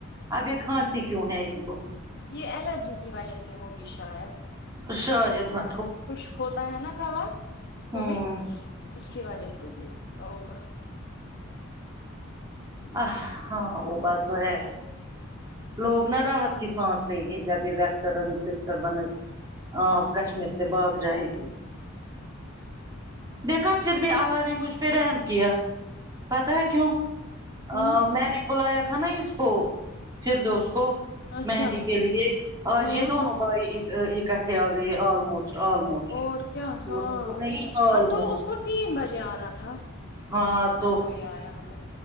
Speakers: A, on the right; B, on the left.
A: اب یہ کھانسی کیوں ہے اس کو
B: یہ الرجی کی وجہ سے ہوگی شاید
A: شاید نا
B: خشک ہوتا ہے نا گلا کبھی
A: ہوں
B: اس کی وجہ سے بھی ہوگا
A: آہ ہاں وہ بات تو ہے لوگ نا راحت کی سانس لے گے جب ی ویسٹرن ڈسٹربنس ہاں کشمیر سے باگ جائے گی
B: <inaudible>
A: دیکھا
B: اچھا
A: پھر بھی اللہ نے مجھ پے رحم کیا پتہ ہے کیوں
B: ہوں
A: آ میں نے بلایا تھا نا اس کو فردوس کو
B: اچھا
A: مہندی کے لیے آج
B: ہاں
A: یے دونوں بھائی اکٹھے آ گئے آلموسٹ آلموسٹ
B: اور کیا ہاں
A: وہ وہ نہیں آلموسٹ
B: تو اس کو تین بجے آنا تھا
A: ہاں تو
B: کے آیا ہمیں